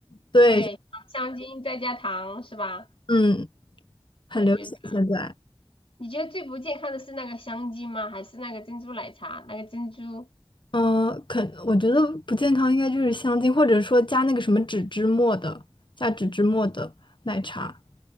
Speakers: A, on the left; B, on the left.
A: 对，
B: 对，香精再加糖是吧？
A: 嗯，很流行现在。
B: 我觉得，你觉得最不健康的是那个香精吗？还是那个珍珠奶茶？那个珍珠
A: 嗯，可我觉得不健康应该就是香精，或者说加那个什么脂脂末的，加脂脂末的奶茶